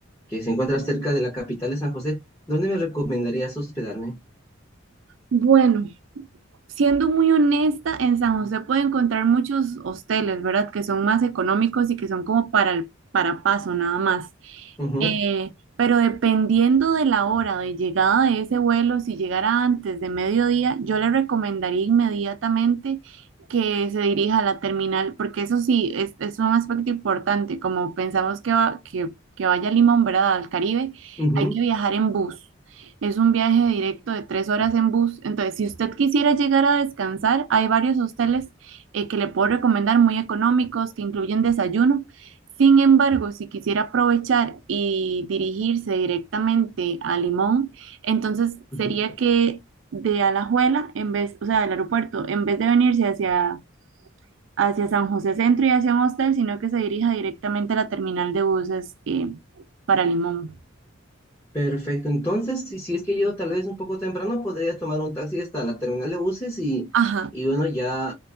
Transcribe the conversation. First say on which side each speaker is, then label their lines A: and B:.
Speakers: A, on the left; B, on the right.
A: que se encuentra cerca de la capital de San José, ¿dónde me recomendarías hospedarme?
B: Bueno, siendo muy honesta, en San José puede encontrar muchos hosteles, ¿verdad? Que son más económicos y que son como para el para paso nada más.
A: Ujú,
B: Eh, pero dependiendo de la hora de llegada de ese vuelo, si llegara antes de mediodía, yo le recomendaría inmediatamente que se dirija a la terminal, porque eso sí, es, es un aspecto importante. Como pensamos que, va- que, que vaya a Limón, ¿verdad? Al Caribe,
A: ujú,
B: hay que viajar en bus. Es un viaje directo de tres horas en bus. Entonces, si usted quisiera llegar a descansar, hay varios hosteles eh, que le puedo recomendar muy económicos, que incluyen desayuno. Sin embargo, si quisiera aprovechar y dirigirse directamente a Limón, entonces
A: ujú.
B: sería que de Alajuela, en vez, o sea, del aeropuerto, en vez de venirse hacia, hacia San José Centro y hacia un hostel, sino que se dirija directamente a la terminal de buses eh, para Limón.
A: Perfecto. Entonces, si, si es que llego tal vez un poco temprano, podría tomar un taxi hasta la terminal de buses y,
B: Ajá,
A: y bueno, ya